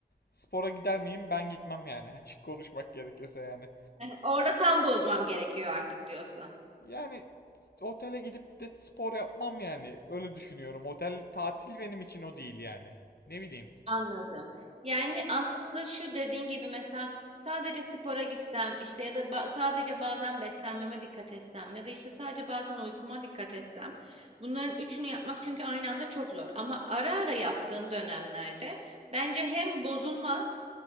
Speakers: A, on the left; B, on the right.
A: Spora gider miyim? Ben gitmem yani. <laughs> Açık konuşmak gerekirse yani.
B: E, Orada tam bozmam gerekiyor artık diyorsun.
A: Yani otele gidip de spor yapmam yani. Öyle düşünüyorum. Otel tatil benim için o değil yani. Ne bileyim.
B: Anladım. Yani aslında şu dediğin gibi mesela sadece spora gitsem işte ya da ba- sadece bazen beslenmeme dikkat etsem ya da işte sadece bazen uykuma dikkat etsem bunların üçünü yapmak çünkü aynı anda çok zor ama ara ara yaptığın dönemlerde bence hem bozulmaz